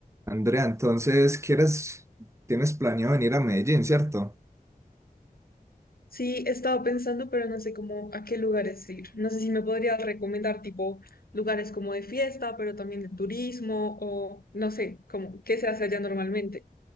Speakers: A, on the right; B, on the left.
A: Andrea, entonces, ¿quieres, tienes planeado venir a Medellín, cierto?
B: Sí, he estado pensando, pero no sé cómo a qué lugares ir. No sé si me podrías recomendar tipo lugares como de fiesta, pero también de turismo o no sé, como qué se hace allá normalmente.